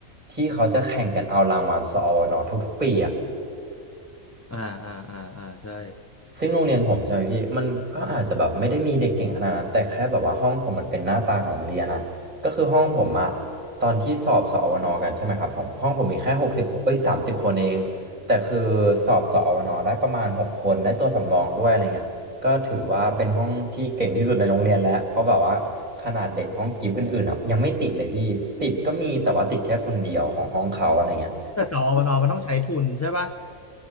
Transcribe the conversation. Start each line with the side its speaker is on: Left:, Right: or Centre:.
Right: ที่เขาจะแข่งกันเอารางวัลสอวนทุกๆปีอะ
Left: อ่าอ่าอ่าอ่าใช่
Right: ซึ่งโรงเรียนผมใช่ไหมพี่มันก็อาจจะแบบไม่ได้มีเด็กเก่งขนาดนั้นแต่แค่แบบว่าห้องผมมันเป็นหน้าตาของโรงเรียนอะก็คือห้องผมอะตอนที่สอบสอวนกันใช่ไหมครับผมห้องผมมีแค่หกสิบเอ้ยสามสิบคนเองแต่คือสอบสอวนได้ประมาณหกคนได้ตัวสำรองด้วยอะไรเงี้ยก็ถือว่าเป็นห้องที่เก่งที่สุดในโรงเรียนแล้วเพราะแบบว่าขนาดเด็กห้องกิฟต์อื่นๆอะยังไม่ติดเลยพี่ติดก็มีแต่ว่าติดแค่คนเดียวของห้องเขาอะไรเงี้ย
Left: อืมแต่สอวนอมันต้องใช้ทุนใช่ป่ะ